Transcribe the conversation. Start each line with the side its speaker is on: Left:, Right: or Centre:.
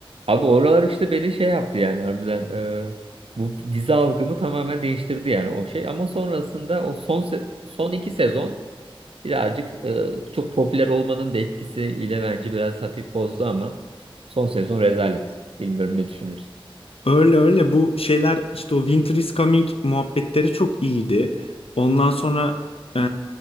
Right: Abi oralar işte beni şey yaptı yani harbiden e, bu dizi algımı tamamen değiştirdi yani o şey ama sonrasında o son se- son iki sezon birazcık e, çok popüler olmanın da etkisiyle bence biraz hafif bozdu ama son sezon rezalet. Bilmiyorum ne düşünürsün.
Left: Öyle öyle bu şeyler işte o Winter is Coming muhabbetleri çok iyiydi. Ondan sonra e,